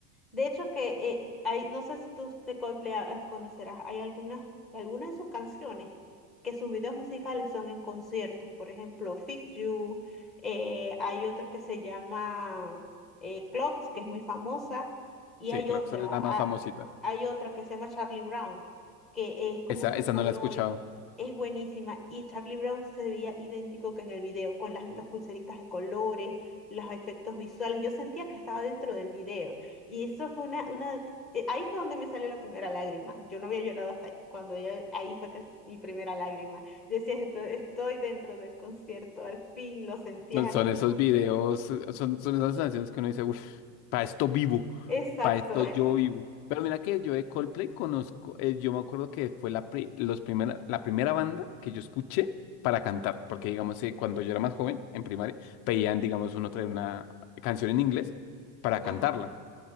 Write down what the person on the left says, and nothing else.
Sí,
claro
que esa es la más
famosita.
Esa,
esa
no la he escuchado.
No, Son
esos
videos,
son, son esas canciones que uno dice, uff, para esto vivo,
para esto
yo vivo. Pero mira que yo de Coldplay conozco, eh, yo me acuerdo que fue la, pri- los primera, la primera banda que yo escuché para cantar, porque digamos, eh, cuando yo era más joven, en primaria, pedían, digamos, uno trae una canción en inglés para
cantarla.